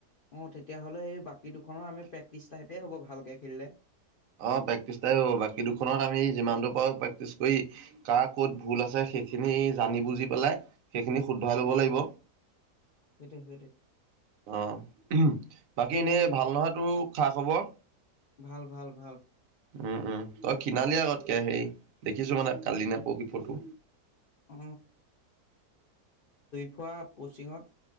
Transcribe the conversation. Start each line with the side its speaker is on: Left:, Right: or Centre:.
Left: অ, তেতিয়া হ'লে এই বাকী দুখনৰ আমি প্ৰেক্টিচ টাইপেই হ'ব ভালকে খেলিলে।
Right: অ, প্ৰেক্টিচ হ'ব। বাকী দুখনত আমি যিমান দূৰ পাৰো প্ৰেক্টিছ কৰি কাৰ ক'ত ভুল আছে সেইখিনি জানি বুজি পেলাই, সেইখিনি শুধৰাই লব
Left: অ
Right: লাগিব।
Left: অ সেইটোৱে সেইটোৱে
Right: আহ, বাকী এনেই ভাল নোহোৱাটো খা খবৰ।
Left: ভাল -ভাল -ভাল
Right: উম, উম, তই খিনালি আগতকে সেই দেখিছো মানে কালি নে পৰহি ফটো
Left: অ', থোৱা পচিঙত।